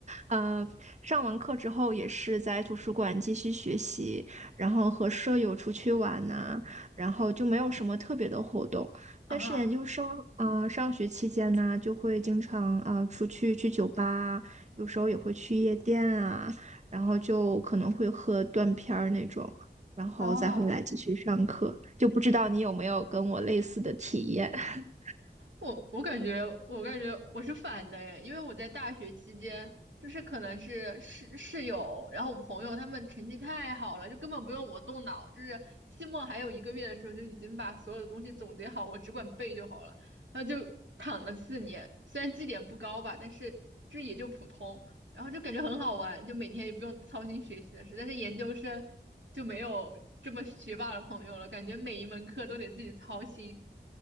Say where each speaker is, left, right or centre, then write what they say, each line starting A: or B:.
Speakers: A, on the right; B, on the right.
A: 嗯上完课之后也是在图书馆继续学习，然后和舍友出去玩呐、然后就没有什么特别的活动。
B: 啊，
A: 但是研究生啊、呃上学期间呢，就会经常啊、呃出去去酒吧啊有时候也会去夜店啊。然后就可能会喝断片儿那种，然后再回来继续上课。
B: 哦，
A: 就不知道你有没有跟我类似的体验？<laughs>
B: 我我感觉，我感觉我是反的诶，因为我在大学期间，就是可能是室室友，然后我朋友他们成绩太好了，就根本不用我动脑，就是期末还有一个月的时候，就已经把所有的东西总结好，我只管背就好了，然后就躺了四年，虽然绩点不高吧，但是就是也就普通，然后就感觉很好玩，就每天也不用操心学习的事，但是研究生就没有这么学霸的朋友了，感觉每一门课都得自己操心，